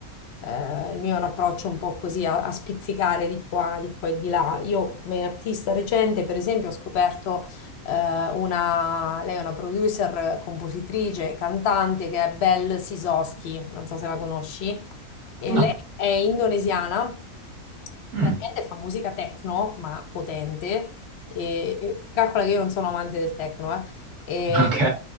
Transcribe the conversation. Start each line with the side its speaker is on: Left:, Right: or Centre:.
Left: eh, il mio è un approccio un po' così a, a spizzicare di qua, di qua e di là. Io come artista recente, per esempio, ho scoperto eh, una, lei è una producer, compositrice, cantante che è Belle Sisoski, non so se la conosci, e
Right: No.
Left: lei è indonesiana,
Right: Mm.
Left: praticamente fa musica techno, ma potente, e, e calcola che io non sono amante del techno, eh. E-
Right: <laughs> Ok,